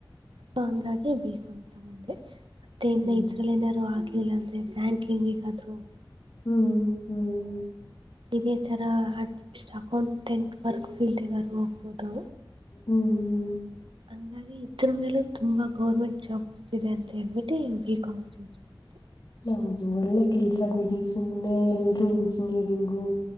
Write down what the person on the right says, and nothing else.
ಸೊ ಹಂಗಾಗಿ ಬೇಕು ಅಂತ ತಗೊಂಡೆ ಮತ್ತೆ ಇ
ನೈರಲ್ಲಿ ಏನಾದಾರರು ಆ ಇಲಿಲ್ಲ ಅಂದ್ರೆ ಬ್ಯಾಂಕಿಂಗ್ಗಾದ್ರರು
ಇದೇ ತರ ಅಟ್ಲೀಸ್ಟ್ ಅಕೌಂಟೆಂಟ್ ವರ್ಕ್ ಫೀಲ್ಡ್ಗ ಹೋಗ್ಬಹುದು
ಹಂಗಾಗಿ ಇದ್ರ ಮೇಲೆ ತುಂಬಾ ಗೌರ್ಮೆಂಟ್ ಜಾಬ್ಸ್ ಇದೆ ಅಂತ ಹೇಳೇಳ್ಬಿಟ್ಟು ಬಿ ಕಾಮ್ ಚೂಸ್ ಮಾಡ್ತವಿ